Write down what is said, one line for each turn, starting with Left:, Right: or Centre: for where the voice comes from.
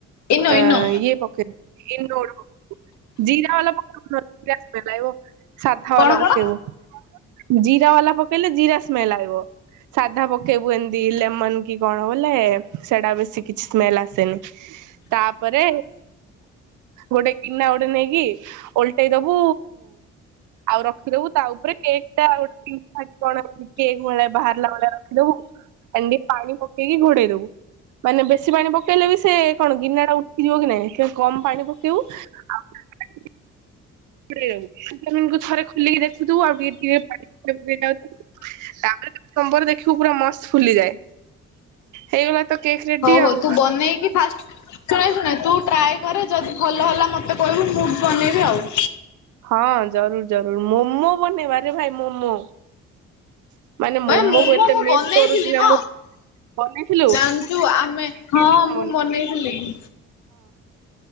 Left: ଇନୋ
Right: ଆ
Left: ଇନୋ
Right: ଇଏ ପକେଇବୁ ଇନୋଡ଼ ପକେଇବୁ। ଜିରା ବାଲା ପାଉଡର <unintelligible> ସାଧା
Left: କଣ
Right: ବାଲା ପକେଇବୁ
Left: କଣ
Right: ଜିରା ବାଲା ପକେଇଲେ ଜିରା ସ୍ମେଲ ଆବ। ସାଧା ପକେଇବୁ ଏମିତି ଲେମନ କି କଣ ବୋଲେ ସେଟା ବେଶୀ କିଛି ସ୍ମେଲ ଆସେନି। ତାପରେ ଗୋଟେ କିନା ଗୋଟେ ନେଇକି ଓଲଟେଇ ଦବୁ ଆଉ ରଖିଦବୁ ତା ଉପରେ କେକ୍ ଟା ଆଉ ଗୋଟେ ତିନି ଥାକି କଣ କେକ୍ ଭଳିଆ ବାହାରିଲା ଭଳିଆ ରଖିଦବୁ। କଣ୍ଡି ପାଣି ପକେଇକି ଘୋଡେଇ ଦବୁ। ମାନେ ବେଶୀ ପାଣି ପକେଇଲେ ବି ସେ କଣ ଗିନା ଟା ଉଠିଯିବ କି ନା ନାଇଁ କମ ପାଣି ପକେଇବୁ। <unintelligible> <unintelligible> ଥରେ ଖୋଲିକି ଦେଖୁୁଥିବୁ ଆଉ ଟିକେ ଟିକେ ପାଣି ପକେଇ ପକେଇ ଯାଉଥିବୁ। ତାପରେ ସମ୍ବର ଦେଖିବକୁ ପୁରା ମସ୍ତ ଫୁଲିଯାଏ, ହେଇଗଲା ତ। କେକ୍ ରେଡି
Left: ହଉ ହଉ
Right: ଆଉ।
Left: ତୁ ବନେଇକି କି ଫାଷ୍ଟ ଶୁଣେ ଶୁଣେ ତୁ ଟ୍ରାଏ କରେ ଯଦି ଭଲ ହେଲା ମତେ କହିବୁ ମୁଁ ବି ବନେଇବି ଆଉ।
Right: ହଁ ଜରୁର ଜରୁର ମୋମୋ ବନେଇବାରେ ଭାଇ ମୋମୋ। ମାନେ
Left: ଭାଇ
Right: ମମୋ
Left: ମୋମୋ
Right: କୁ ଏତେ
Left: ମୁଁ
Right: ମିସ୍
Left: ବନେଇଥିଲି
Right: କରୁଛି ନା
Left: ମ
Right: ମୁଁ। ବନେଇଥିଲୁ
Left: ଜାଣିଛୁ ଆମେ
Right: <unintelligible>
Left: ମୁଁ
Right: ହଁ।
Left: ବନେଇଥିଲି